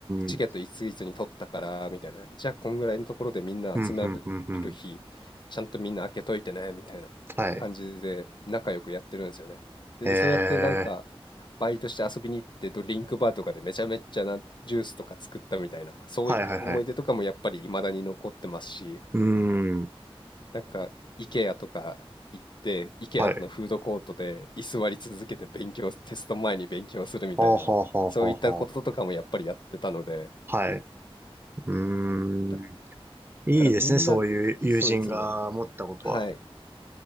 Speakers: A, on the left (about 50°); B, on the right (about 20°).
A: チケットいついつに取ったからみたいなじゃあこんぐらいのところでみんな集まれる日ちゃんとみんな開けといてねみたいな感じで仲良くやってるんですよねでそうやってなんか
B: ーん。ふんふんふんふん。はい。えー
A: バイトして遊びに行ってドリンクバーとかでめちゃめちゃなジュースとか作ったみたいなそういった思い出とかもやっぱり未だに残ってますし
B: はいはいはい。うーん。
A: なんか、IKEA とか行って、IKEA
B: はい。
A: のフードコートで居座り続けて勉強、テスト前に勉強するみたいな、
B: はあはあはあはあは
A: そういったこととかもやっぱりやってたので、
B: あ。はい。うーん。
A: だ
B: いいですね、
A: だからみんな、
B: そういう友人が持ったことは。
A: そうですね。はい。